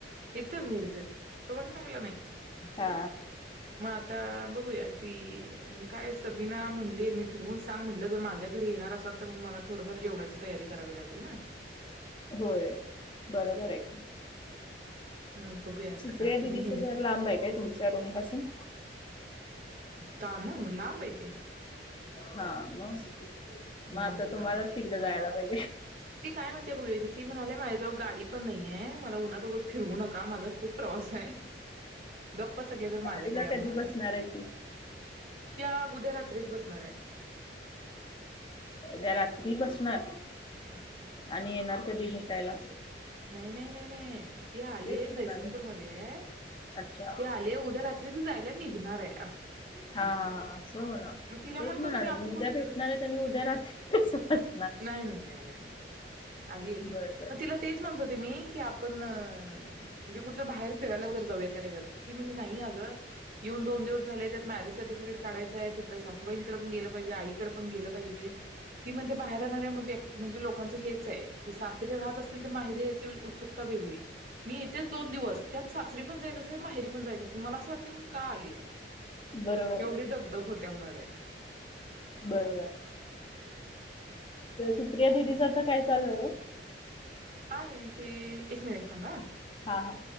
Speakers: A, on the right (about 50°); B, on the left (about 30°).
A: इथं मिर्जेत सोहाय ना गेला नाही.
B: हा
A: म आता बघूया ती काय स बी म्हंटली मी ठरवून सांग म्हटलं जर माझ्या घरी येणार असाल तर मग मला थोडंफार जेवणाची तयारी करावी लागेल ना.
B: होय बरोबर आहे की
A: मग बघूया आता
B: सुप्रिया
A: काय होतं
B: दिदीचं
A: मग ह्यानी
B: घर लांब आहे काय तुमच्या रूम पासून
A: तानंग लांब आहे ते
B: हा मग मग
A: लांब
B: आता
A: आहे
B: तुम्हालाच
A: लांब आहे
B: तिकड जायला होय
A: ती काय म्हणते बघूया की ती म्हणाले माझजवळ गाडी पण नाहीेये मला उन्हात उगाच फिरवू नका आ माझा खूप प्रवास गप्प सगळे जण माझ्याकडे
B: गाडीला
A: या
B: कधी
A: म्हणाल्या
B: बसणार आहे ती?
A: त्या उद्या रात्रीच बसणार आहे
B: उद्या रात्री बसणार
A: हं
B: आणि येणार कधी भेटायला?
A: नाही नाही नाही नाही ती आलीय
B: तेच म्हणाले.
A: जयसिंगपूर मध्ये आहे, ते
B: अच्छा.
A: ती आलीय आहे उदया रात्री जायला निघणारय
B: हा, हा, हा असं हो ना
A: मग तिला
B: तेच
A: म्हणत
B: म्हणाले
A: होतो आपण
B: मी
A: कुठ
B: उद्या भेटणार आहेत आणि उद्या रात्री कसं बस
A: नाही नाही नाही नाही नाही नाही आली आहे ती
B: बरं बरं.
A: मग तिला तेच म्ह म्हणत होते मी की आपण अ म्हणजे कुठंतरी बाहेर फिरायला वगैरे जाऊया का रविवारच तर ती म्हणाल नाही. अगं येऊन दोन दिवस झाले त्यात मॅरेज सर्टिफिकेट काढायचं हाय तिकडे सासूबाईंकडे पण गेलं पाहिजे, आईकडे पण गेलं पाहिजे. ती म्हणते बाहेर नाही मंजे म्हणजे लोकांच हेच आहे की सासरी राहत असतील तर माहेरी जायची उत्सूकता <inaudible> मी येतेच दोन दिवस. त्यात सासरी पण जायचं असतंय आणि माहेरी समजायचं. तर मला असं वाटतंय मी का आलीय,
B: बरोबर
A: एवढी
B: आहे
A: दगदग होत्या म्हणाले.
B: बरोबर सुप्रिया दिदीच तर आता काय चालूय ओ?
A: आहे ते एक मिनिट थांबा हा.
B: हा, हा.